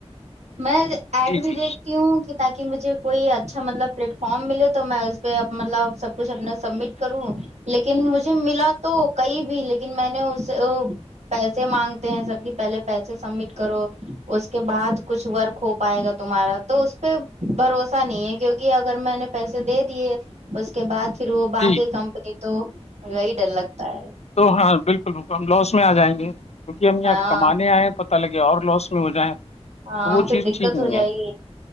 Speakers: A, on the right (about 80°); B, on the left (about 70°).
A: میں ایڈ بھی
B: جی
A: دیکھتی ہوں تاکہ مجھے کوئی اچھا مطلب پلیٹ فارم ملے تو میں اس پہ مطلب سب کچھ اپنا سبمٹ کروں لیکن مجھے ملا تو کئی بھی لیکن میں نے اس پیسے مانگتے ہیں سب کی پہلے پیسے سبمٹ کرو اس کے بعد کچھ ورک ہو پائے گا تمہارا تو اس پہ بھروسہ نہیں ہے کیونکہ اگر میں نے پیسے دے دیے اس کے بعد پھر وہ باقی
B: جی
A: کمپنی تو وہی ڈر لگتا ہے
B: تو ہاں بالکل بکل ہم لاس میں آ جائیں گے کیونکہ ہم یہاں
A: ہاں
B: کمانے آئے پ پ لگے اور لاس میں ہو جائیں تو
A: ہاں
B: وہ
A: پھر
B: چیز
A: دقت
B: ٹھیک نہیں
A: ہو جائے
B: ہے
A: گی